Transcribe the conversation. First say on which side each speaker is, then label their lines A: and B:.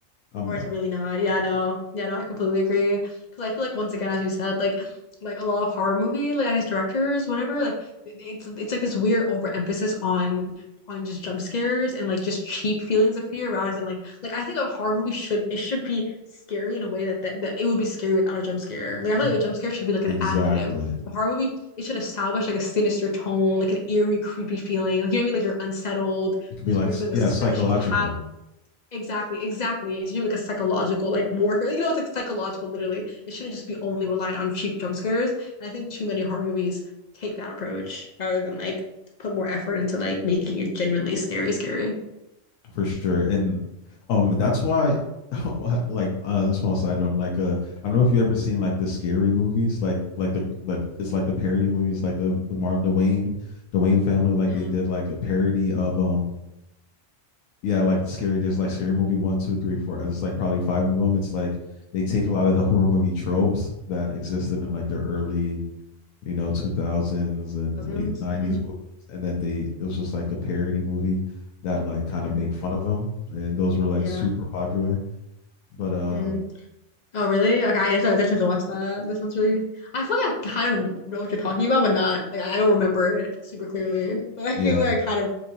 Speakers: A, on the left; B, on the left.
A: I'm
B: Or
A: not.
B: it's really not. Yeah, no. Yeah, no, I completely agree. Because I feel like once again, as you said, like like a lot of horror movie, like I guess directors, whatever, like it- it's it's like this weird overemphasis on on just jump scares and like just cheap feelings of fear rather than like like I think a horror movie should it should be scary in a way that that, that it would be scary without a jump scare. Like I feel
A: Mm.
B: like a jump scare should be like
A: Exactly.
B: an additive. A horror movie, it should establish like a sinister tone, like an eerie, creepy feeling. Like you know what I mean? Like you're unsettled,
A: it could be
B: this
A: like
B: weird feeling
A: yeah
B: of suspense.
A: psychological
B: It should have Exactly, exactly. It should be like a psychological like warfare. You know, it's like psychological literally. It shouldn't just be only relying on cheap jump scares. And I think too many horror movies take that approach rather than like put more effort into like making it genuinely scary, scary.
A: for sure and um that's why <laughs> like uh, a uh, small side note like uh i don't know if you ever seen like the scary movies like like the like it's like the parody movies like the the martin the wayne the wayne family like
B: Mm.
A: they did like a parody of um yeah like the scary there's like scary movie one two three four it's like probably five of them it's like they take a lot of the horror movie tropes that existed in like the early you know, 2000s and
B: Cousins.
A: late 90s
B: hmm
A: movies. And then they, it was just like a parody movie that like kind
B: Mm.
A: of made fun of them. And those were like
B: Yeah.
A: super popular. But uh,
B: Mm. Oh, really? Okay, I guess I definitely have to watch that. That sounds really I feel like I kind of know what you're talking about, but not like I don't remember it super clearly. <laughs> But I feel
A: yeah,
B: like I kind of know